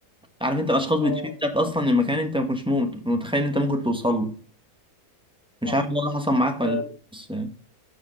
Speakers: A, in the centre; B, on the right.
A: عارف انت الاشخاص بتشدك
B: اه
A: اصلا لمكان انت ما كنتش مو- متخيل انت ممكن توصل له مش
B: صح
A: عارف الموضوع ده حصل معاك
B: آه،
A: ولا لا بس آه،